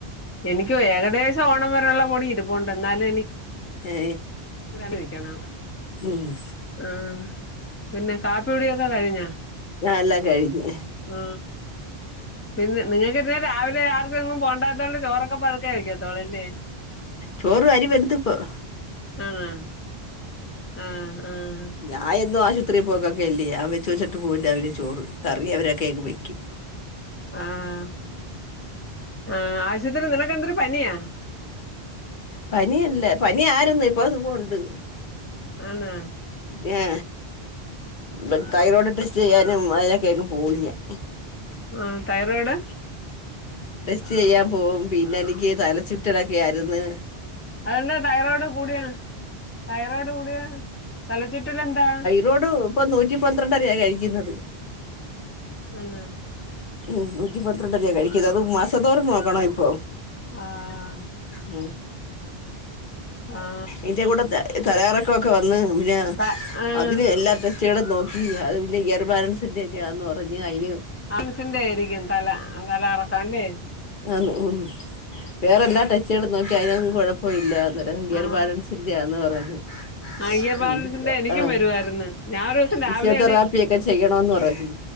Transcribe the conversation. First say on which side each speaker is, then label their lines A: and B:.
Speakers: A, on the left (about 15°); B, on the left (about 55°).
A: എനിക്ക് ഏകദേശം ഓണം വരെയുള്ള പൊടി ഇരിപ്പണ്ട് എന്നാലും എനിക്ക്
B: ഏ
A: ഏ ഒരാണ്ടിൽ വെക്കണം
B: ഉം
A: ആഹ് പിന്നെ കാപ്പി കുടിയൊക്കെ കഴിഞ്ഞാ
B: എല്ലാം കഴിഞ്ഞ്
A: ആ പിന്നെ നിങ്ങക്ക് ഇന്നാ രാവിലെ ആർക്കും എങ്ങും പോണ്ടാത്തോണ്ട് ചോറൊക്കെ പതുക്കെ വെക്കത്തൊള്ളു അല്ലേ
B: ചോറ് അരി വെന്ത് ഇപ്പം
A: ആഹ് ആഹ് ആഹ്
B: ഞാൻ എന്നും ആശുപത്രി പോക്കക്കെ അല്ലേ അ വെച്ച് വച്ചിട്ട് പോവും രാവിലെ ചോറ് കറി എവരൊക്കെ ആയിക്കും വെക്കും
A: ആഹ് ആഹ് ആശൂത്രി നിനക്കെന്തര് പനിയാ
B: പനി അല്ല പനി ആയിരുന്നിപ്പോ സുഖോ ഉണ്ട്
A: ആന്നാ
B: ന്യാ ബ് തൈറോഡ് ടെസ്റ്റ് ചെയ്യാനും അയിനൊക്കെ അങ്ങ് പോവും ഞാൻ
A: ആ തൈറോഡ്
B: ടെസ്റ്റ് ചെയ്യാൻ പോവും പിന്നെ എനിക്ക് തല ചുറ്റലൊക്കെ ആരുന്ന്
A: അതെന്താ തൈറോഡ് കൂടിയാ തൈറോഡ് കൂടിയാ തലച്ചുറ്റലെന്താ
B: രുടും ഇപ്പൊ നൂറ്റി പന്ത്രണ്ടരായായി കഴിക്കുന്നത്
A: ആന്നാ
B: ഉം നൂറ്റി പന്ത്രണ്ടരയായി കഴിക്കുന്നത് അത് മാസതോറും നോക്കണം ഇപ്പൊ
A: ആഹ്
B: <inaudible>
A: ആ ഹാ
B: ഇന്റെ കൂട തല കറക്കോക്ക വന്ന് പിന്നെ
A: ത ആഹ്
B: അതിന് എല്ലാതെ കുട്ടികളെ നോക്കി അത് പിന്നെ ഇയർ ബാലൻസിന്റെക്കെ ആന്ന് പറഞ്ഞ് അയിന്
A: ആ ൻസിന്റെ ആയിരിക്കും തല തല കറക്കം അല്ലേ
B: ആന്ന് ഉം വേറെ എല്ലാ
A: ആഹ്
B: ടെസ്റ്റ്കളും നോക്കി അയിനൊന്നും കുഴപ്പം ഇല്ല അന്നേരം ഈയർ-
A: ആഹ്
B: ബാലൻസിന്റെയാന്ന് പറഞ്ഞു
A: ആ ഇയർ ബാലൻസിന്റെ
B: ഉം
A: എനിക്കും
B: ആഹ്
A: വരുവായിരുന്നു
B: -
A: ഞാൻ ഒരു ദിവസം രാവിലെ
B: ഫിസിയോതെറാപ്പിയെക്കെ ചെയ്യണോന്ന് പറഞ്ഞ്